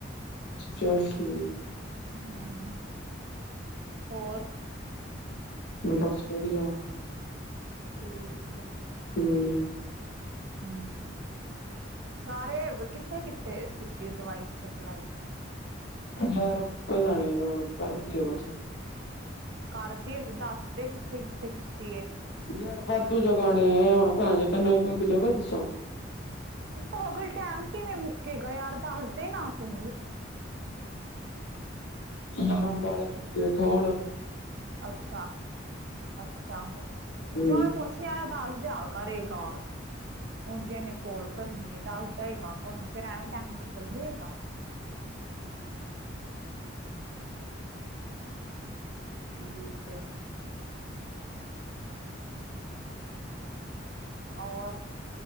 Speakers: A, on the left; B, on the right.
A: ਚਲ ਠੀਕ।
B: ਹਮ ਹੋਰ
A: ਬਸ ਵਧੀਆ।
B: ਠੀਕ ਹੈ
A: ਹੂੰ
B: ਹੂੰ, ਸਾਰੇ ਕਿੱਥੇ-ਕਿੱਥੇ ਕੀਤੀ ਐ ਦਵਾਈ ਸਪਲਾਈ।
A: ਯਾਰ ਪਤਾ ਨੀ ਹੁਣ ਕਰਤੀ ਆ ਬਸ
B: ਕਰਤੀ ਏ, ਤੇ ਦੱਸਦੇ ਕਿੱਥੇ-ਕਿੱਥੇ ਕੀਤੀ ਏ।
A: ਯਾਰ ਵਾਧੂ ਜਗ੍ਹਾ ਨੇ, ਹੁਣ ਭੈਣ ਚੋ ਤੈਨੂੰ ਇੱਕ-ਇੱਕ ਜਗ੍ਹਾ ਦੱਸਾਂ।
B: ਪਾਗਲ ਟਾਈਮ ਕਿਵੇਂ ਮੁੱਕੇ ਗਾ ਯਾਰ ਦੱਸਦੇ ਨਾ ਤੂੰ
A: ਨਰਮ ਵਾਲੇ ਕੀਤੀ ਐ ਠੋਲ
B: ਅੱਛਾ-ਅੱਛਾ,
A: ਹੂੰ
B: ਜਾਓ ਪੁੱਛ ਯਾਰ ਦੱਸ ਦਿਆ ਕਰੇਗਾ, ਉੰਜ ਏਨੇ ਕੋਲ ਕਰਨੀਏ ਦੱਸਦਾ ਹੈਗਾ ਕੋਈ ਨੀ, ਫਿਰ ਐਵੇਂ ਟਾਈਮ ਨਿਕਲ ਜੇਗਾ। ਠੀਕ ਐ। ਔਰ